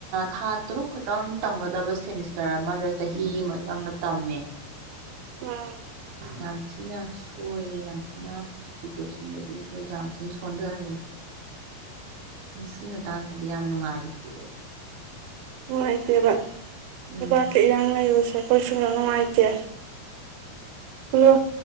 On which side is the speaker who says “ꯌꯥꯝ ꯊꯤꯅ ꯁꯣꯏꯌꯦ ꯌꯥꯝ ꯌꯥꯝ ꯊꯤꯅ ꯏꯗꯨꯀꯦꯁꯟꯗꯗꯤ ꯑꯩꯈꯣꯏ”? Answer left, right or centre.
Right